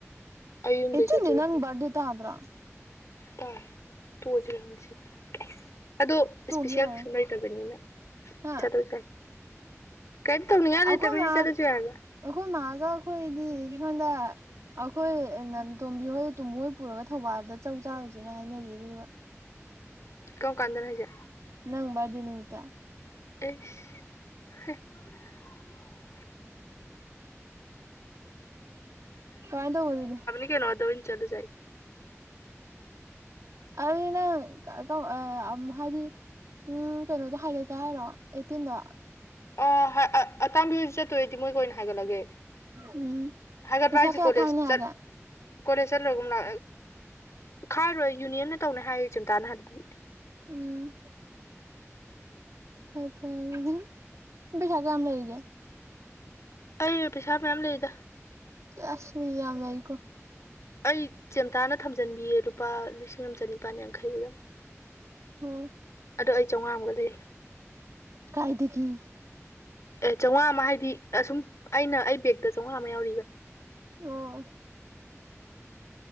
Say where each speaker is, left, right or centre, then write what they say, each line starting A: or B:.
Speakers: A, on the left (about 70°); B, on the right (about 80°).
A: ꯑꯩ ꯌꯨꯝꯗꯩ
B: ꯑ‌ꯦꯠꯇꯤꯟꯁ‌ꯦ
A: ꯆꯠꯇꯣꯏꯔ
B: ꯅꯪ ꯕ‍꯭ꯔꯥꯗ‌ꯦ ꯇꯥꯗꯔꯣ
A: ꯇꯥꯏ ꯇꯣꯑꯁꯤꯔ ꯈꯪꯗ‌ꯦ ꯑꯗꯣ
B: ꯇꯣ
A: ꯏꯁꯄꯤꯁꯦꯜ
B: ꯌꯥꯔꯣꯏ
A: ꯀꯩꯁꯨꯝ ꯂꯩꯇꯕꯅꯤꯅ꯫
B: ꯍꯥ
A: ꯆꯠꯂꯁꯨ ꯌꯥꯏ ꯀꯩꯝ ꯇꯧꯅꯤꯉꯥꯏ ꯂꯩꯇꯝꯅꯤꯅ
B: ꯑꯩꯈꯣꯏ ꯃꯥ
A: ꯆꯠꯂꯁꯨ ꯌꯥꯏ ꯍꯥꯏꯕ
B: ꯑꯩꯈꯣꯏ ꯃꯥꯒ ꯑꯩꯈꯣꯏ ꯗꯤ ꯁꯣꯟꯗ ꯑꯩꯈꯣꯏ ꯅꯟ ꯇꯣꯝꯕꯤ ꯍꯣꯏ ꯇꯣꯃꯨ ꯍꯣꯏ ꯄꯨꯔꯒ ꯊꯧꯕꯥꯜꯗ ꯆꯧ ꯆꯥꯔꯨꯁ‌ꯦꯅ ꯍꯥꯏꯅꯔꯤꯌꯦ ꯑꯗꯨꯗꯨꯒ꯫
A: ꯀꯔꯝ ꯀꯥꯟꯗꯅꯣ ꯍꯥꯏꯁꯦ
B: ꯅꯪ ꯕꯔꯥꯗꯦ ꯅꯨꯃꯤꯠꯇ꯫
A: <unintelligible>
B: ꯀꯃꯥꯏ ꯇꯧꯕ ꯑꯗꯨꯗꯤ꯫
A: ꯀꯩꯅꯣꯗ ꯑꯣꯏꯅ ꯆꯠꯂꯨꯁꯦ
B: ꯑꯗꯨꯗꯤ ꯅꯪ ꯑꯥ ꯍꯥꯏꯗꯤ ꯎꯝ ꯀꯩꯅꯣꯗꯣ ꯍꯥꯏꯒꯠꯀꯦ ꯍꯥꯏꯔꯣ ꯑꯦꯠꯇꯤꯟꯗ‌ꯣ꯫
A: ꯑꯣ ꯑꯥ ꯑꯇꯥꯡꯕꯤ ꯍꯣꯏꯁꯨ ꯆꯠꯇꯣꯏ ꯑꯣꯏꯗꯤ ꯃꯣꯏꯒꯥ ꯑꯣꯏꯅ ꯍꯥꯏꯒꯠꯂꯒꯦ
B: ꯎꯝ
A: ꯍꯥꯏꯒꯠꯄ
B: ꯄꯩꯁꯥ
A: ꯍꯥꯏꯁ‌ꯦ
B: ꯀꯌꯥ
A: ꯀꯣꯂꯦꯖ
B: ꯈꯥꯏꯅꯤ ꯍꯥꯏꯒꯦ
A: ꯆꯠ ꯀꯣꯂꯦꯖ ꯆꯠꯂꯒꯨꯝꯂꯥ ꯈꯥꯏꯔꯣꯏ ꯌꯨꯅꯤꯌꯟꯅ ꯇꯧꯅꯤ ꯍꯥꯏꯌꯦ ꯆꯝꯇꯥꯅ ꯍꯥꯏꯕꯗꯗꯤ꯫
B: ꯎꯝ ꯐꯩ ꯐꯩ ꯑꯗꯨꯗꯤ ꯅꯪ ꯄꯩꯁꯥ ꯀꯌꯥꯝ ꯂꯩꯔꯤꯒꯦ꯫
A: ꯑꯩ ꯄꯩꯁꯥ ꯃꯌꯥꯝ ꯂꯩꯗ
B: ꯑꯁ ꯃꯤꯗꯤ ꯌꯥꯝ ꯂꯩꯀꯣ꯫
A: ꯑꯩ ꯆꯦꯝꯇꯥꯅ ꯊꯝꯖꯟꯕꯤꯌꯦ ꯂꯨꯄꯥ ꯂꯤꯁꯤꯡ ꯑꯃ ꯆꯅꯤꯄꯥꯥꯟ ꯌꯥꯡꯈꯩꯔ
B: ꯑꯣ
A: ꯑꯗꯣ ꯑꯩ ꯆꯥꯝꯃꯉꯥ ꯑꯃꯒ ꯂꯩꯔꯤ
B: ꯀꯥꯏꯗꯒꯤ
A: ꯑꯦ ꯆꯧꯉꯥ ꯑꯃ ꯍꯥꯏꯗꯤ ꯑꯁꯨꯝ ꯑꯩꯅ ꯑꯩ ꯕꯦꯛꯇ ꯆꯧꯉꯥ ꯑꯃ ꯌꯥꯎꯔꯤꯌ‌ꯦ
B: ꯑꯣ